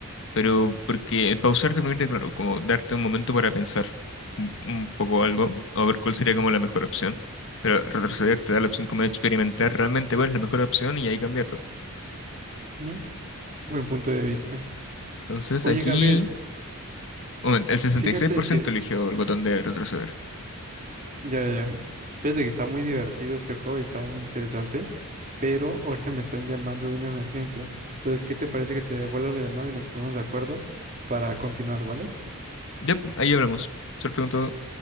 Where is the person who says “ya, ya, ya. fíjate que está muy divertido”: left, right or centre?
Right